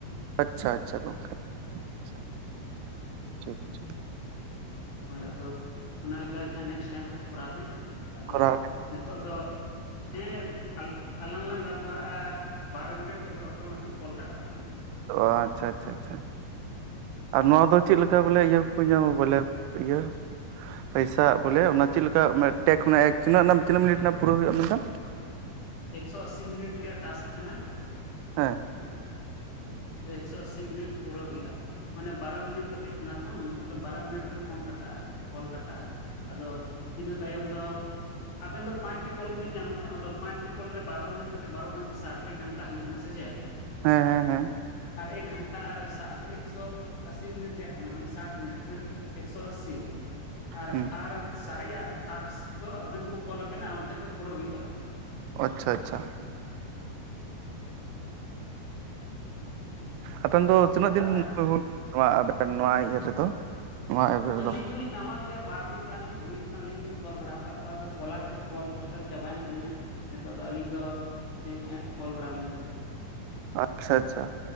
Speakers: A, on the right; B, on the left.
A: ᱟᱪᱪᱷᱟ ᱟᱪᱪᱷᱟ ᱜᱚᱢᱠᱮ, ᱟᱪᱪᱷᱟ ᱟᱪᱪᱷᱟ ᱾
B: ᱦᱳᱭ ᱟᱫᱚ ᱚᱱᱟ ᱞᱮᱠᱟ ᱜᱮ ᱦᱟᱸᱜ ᱱᱮᱠᱥᱴ ᱴᱟᱭᱤᱢ ᱠᱷᱚᱡ ᱠᱚᱨᱟᱣ ᱵᱮᱱ ᱟᱫᱚ
A: ᱠᱚᱨᱟᱣ
B: ᱱᱤᱛᱚᱜ ᱫᱚ ᱦᱮᱸ ᱟᱞ ᱟᱞᱟᱝ ᱞᱟᱝ ᱜᱟᱞᱢᱟᱨᱟᱜᱼᱟ ᱵᱟᱨᱚ ᱢᱤᱱᱤᱴ ᱛᱚᱵᱮ ᱚᱴᱳᱢᱮᱴᱤᱠ ᱠᱚᱞ ᱠᱟᱴᱟᱜ ᱛᱟᱞᱟᱝᱟ ᱾
A: ᱚ ᱟᱪᱪᱷᱟ ᱟᱪᱪᱷᱟ ᱟᱪᱪᱷᱟ ᱾ ᱟᱨ ᱱᱚᱣᱟ ᱫᱚ ᱪᱮᱫ ᱞᱮᱠᱟ ᱵᱚᱞᱮ ᱤᱭᱟᱹ ᱠᱚᱠᱚ ᱧᱟᱢᱟ ᱵᱚᱞᱮ ᱤᱭᱟᱹ ᱯᱚᱭᱥᱟ ᱵᱚᱞᱮ ᱚᱱᱟ ᱪᱮᱫ ᱞᱮᱠᱟ ᱢᱟᱱᱮ ᱴᱮᱠ ᱠᱷᱚᱱ ᱮᱠ ᱛᱤᱱᱟᱹᱜ ᱨᱮᱱᱟᱜ ᱛᱤᱱᱟᱹᱜ ᱢᱤᱱᱤᱴ ᱨᱮᱱᱟᱜ ᱯᱩᱨᱟᱹᱣ ᱦᱩᱭᱩᱜᱼᱟ ᱢᱮᱱ ᱫᱟᱢ?
B: ᱮᱠᱥᱳ ᱟᱥᱤ ᱢᱤᱱᱤᱴ ᱨᱮᱭᱟᱜ ᱴᱟᱥᱠ ᱠᱟᱱᱟ ᱾
A: ᱦᱮᱸ ᱾
B: ᱮᱠᱥᱚ ᱟᱥᱤ ᱢᱤᱱᱤᱴ ᱯᱩᱨᱟᱹᱣ ᱦᱩᱭᱩᱜᱼᱟ ᱢᱟᱱᱮ ᱵᱟᱨᱚ ᱢᱤᱱᱤᱴ ᱠᱟᱛᱮᱜ ᱠᱟᱱᱟ ᱛᱚ ᱢᱚᱛᱞᱚᱵ ᱵᱟᱨᱟ ᱢᱤᱱᱤᱴ ᱨᱮ ᱯᱷᱚᱱ ᱠᱟᱴ ᱴᱟᱜᱼᱟ ᱠᱚᱞ ᱠᱟᱴᱟᱜᱼᱟ ᱟᱫᱚ ᱤᱱᱟᱹ ᱛᱟᱭᱚᱢ ᱫᱚ ᱟᱵᱮᱱ ᱫᱚ ᱯᱟᱸᱪᱴᱤ ᱠᱚᱞ ᱜᱮᱵᱤᱱ ᱧᱟᱢᱟ ᱛᱚ ᱟᱫᱚ ᱯᱟᱸᱪᱴᱤ ᱠᱚᱞ ᱨᱮ ᱵᱟᱨᱚ ᱢᱤᱱᱤᱴ ᱠᱟᱛᱮ ᱵᱟᱨᱚ ᱯᱟᱸᱪᱤ ᱥᱟᱴ ᱮᱠ ᱜᱷᱟᱱᱴᱟ ᱦᱩᱭᱩᱜ ᱠᱟᱱᱟ ᱥᱮ ᱪᱮᱫ
A: ᱦᱮᱸ ᱦᱮᱸ ᱦᱮᱸ
B: ᱟᱨ ᱮᱠ ᱜᱷᱟᱱᱴᱟ ᱟᱨ ᱟᱨ ᱮᱠᱥᱚ ᱟᱥᱤ ᱢᱤᱱᱤᱴ ᱨᱮᱭᱟᱜ ᱠᱟᱱᱟ ᱢᱟᱱᱮ ᱥᱟᱴ ᱢᱤᱱᱤᱴ ᱯᱷᱤᱨ ᱮᱠᱥᱚ ᱟᱥᱤ ᱟᱨ
A: ᱦᱮᱸ
B: ᱟᱨ ᱥᱟᱨᱮᱡᱟᱜ ᱴᱟᱥᱠ ᱫᱚ ᱟᱹᱵᱤᱱ ᱠᱚ ᱠᱚᱞ ᱟᱵᱤᱱᱟ ᱚᱱᱛᱮ ᱠᱷᱚᱡ ᱯᱩᱨᱟᱹᱣ ᱦᱩᱭᱩᱜ ᱛᱟᱵᱤᱱᱟ
A: ᱟᱪᱪᱷᱟ ᱪᱷᱟ ᱟᱵᱮᱱ ᱫᱚ ᱛᱤᱱᱟᱹᱜ
B: ᱚᱱᱠᱟ
A: ᱫᱤᱱ <unintelligible> ᱱᱚᱣᱟ ᱤᱭᱟᱹ ᱨᱮᱫᱚ ᱱᱚᱣᱟ ᱮᱯ ᱨᱮᱫᱚ
B: ᱟᱹᱞᱤᱧ ᱦᱚᱞᱤᱧ ᱱᱟᱣᱟ ᱜᱮᱭᱟ ᱵᱟᱨ ᱫᱤᱱ ᱜᱟᱱ ᱞᱤᱧ ᱦᱩᱭ ᱠᱟᱱᱟ ᱟᱞᱤᱧ ᱞᱤᱧ ᱠᱚᱞ ᱵᱟᱲᱟᱣ ᱟᱠᱟᱫ ᱠᱚᱣᱟ ᱟᱫᱚ ᱠᱚᱞᱟᱨ ᱠᱚ ᱠᱚᱞ ᱯᱟᱥᱴᱟ ᱫᱚ ᱪᱟᱵᱟᱭᱮᱱ ᱛᱟᱞᱤᱧᱟ ᱱᱤᱛᱚᱜ ᱫᱚ ᱟᱹᱞᱤᱧ ᱫᱚ ᱪᱮᱫ ᱡᱟᱦᱟᱸᱭ ᱠᱚ ᱠᱚᱞ ᱵᱟᱲᱟᱣᱞᱤᱧ ᱠᱟᱱᱟ
A: ᱟᱪᱪᱷᱟ ᱟᱪᱪᱷᱟ